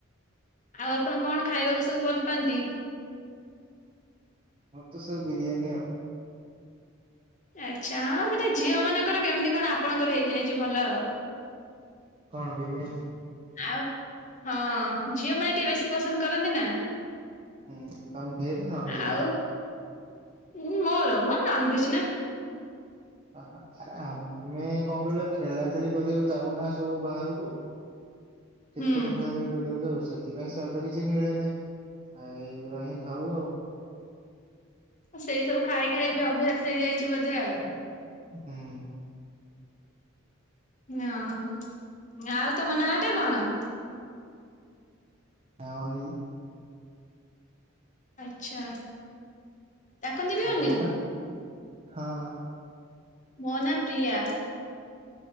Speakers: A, on the left; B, on the right.
A: ଆଉ ଆପଣ କଣ ଖାଇବାକୁ ସବୁ ଭଲ ପାଆନ୍ତି?
B: ମୋର୍ ତ ସବୁ ବିରିୟାନୀ ଆଉ।
A: ଆଚ୍ଛା ହଁ ସେଇଟା ଝିଅମାନଙ୍କର। କେମିତି କଣ ଆପଣଙ୍କର ହେଇଯାଇଚି ଭଲ ଆଉ।
B: କଣ ବିରିୟାନୀ?
A: ଆଉ, ହଁ ଝିଅମାନେ ଟିକେ ବେଶୀ ପସନ୍ଦ କରନ୍ତି ନା।
B: ହୁଁ, ତମେ ଭେଜ ନା ନନ୍ ଭେଜ୍?
A: ଆଉ <inaudible> ମୋର ମୋର ନନ୍ ଭେଜ୍ ନା।
B: ଅ ଅ ଆରେ ଆମେ କଣ କହିଲ ଖେଳାଖେଳି କରିବାକୁ ଯାଉନା ସବୁ ବାହାରକୁ। କ୍ରିକେଟ
A: ହୁଁ।
B: ଖେଳାଖେଳି କରିବାକୁ ଯାଉ। ସେଥିପାଇଁ ସାଡେ ତ କିଛି ମିଳେ ନାହିଁ, ଆଉ ଏଇଗୁରା ହିଁ ଖାଉ ଆଉ।
A: ଆ ସେଇ ସବୁ ଖାଇ ଖାଇ ବି ଅଭ୍ୟାସ ହେଇଯାଇଛି ବୋଧେ ଆଉ।
B: ହୁଁ।
A: ହଁ, ଆଉ ତମ ନାଁ ଟା କଣ?
B: <unintelligible>
A: ଆଚ୍ଛା। ଡାକନ୍ତି ବି
B: ଆଉ
A: ଅନିଲ।
B: ତମ ନାଁ, ହଁ।
A: ମୋ ନାଁ ପ୍ରିୟା।